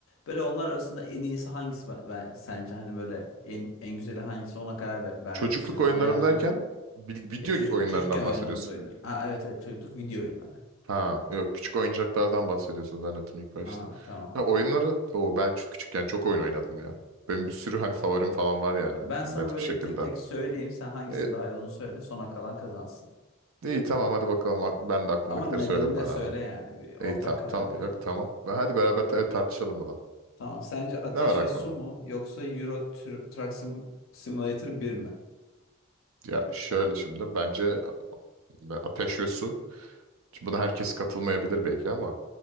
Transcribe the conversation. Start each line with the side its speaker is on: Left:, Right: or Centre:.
Left: Böyle onlar arasında en iyisi hangisi ben, ben- sence hani böyle en en güzeli hangisi ona karar ver- vermek
Right: Çocukluk
Left: istiyorum.
Right: oyunlarım
Left: Bana yardımcı
Right: derken
Left: olun.
Right: bil- video
Left: Ya çocuk
Right: ge- oyunlarından
Left: çocukken oynadığımız
Right: bahsediyorsun.
Left: oyunlar. Ha evet evet çocukluk video oyunları.
Right: Ha, yok küçük oyuncaklardan bahsediyorsun zannettim ilk başta.
Left: Ha tamam.
Right: Ha, oyunları o ben çok küçükken çok oyun oynadım ya. Benim bir sürü hani favorim falan var yani
Left: Ya ben
Right: net
Left: sana böyle
Right: bir şekilde.
Left: tek tek söyleyeyim sen hangisini
Right: E,
Left: daha iyi olduğunu söyle sona kalan kazansın.
Right: iyi tamam hadi bakalım Ak- ben de aklımdakileri
Left: Ama nedenini
Right: söylerim
Left: de
Right: ara
Left: söyle
Right: ara.
Left: yani bir ortak
Right: İyi tam
Left: karar
Right: tam
Left: verelim.
Right: yok tamam. Ben- Hadi beraber ta- tartışalım bunu.
Left: Tamam. Sence Ateş
Right: Ne var aklında?
Left: ve Su mu yoksa Euro Tr- Truck Sim- Simulator 1 mi?
Right: Ya şöyle şimdi bence Ateş ve Su Şimdi buna herkes katılmayabilir belki ama